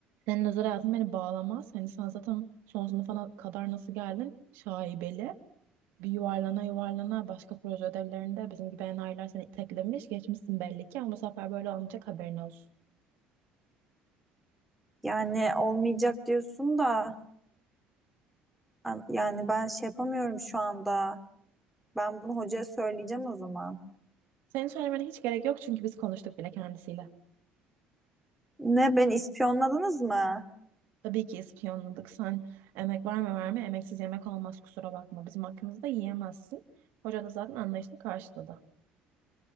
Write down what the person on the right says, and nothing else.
Senin özel hayatın beni bağlamaz. Hani sen zaten son sınıfa kadar nasıl geldin? Şaibeli. Bir yuvarlana yuvarlana başka proje ödevlerinde bizim gibi enayiler seni teklemiş. Geçmişsin belli ki ama bu sefer böyle olmayacak haberin olsun.
Senin söylemene hiç gerek yok çünkü biz konuştuk bile kendisiyle.
Tabii ki ispiyonladık. Sen emek var mı var mı? Emeksiz yemek olmaz kusura bakma. Bizim hakkımızda yiyemezsin. Hoca da zaten anlayışla karşıladı.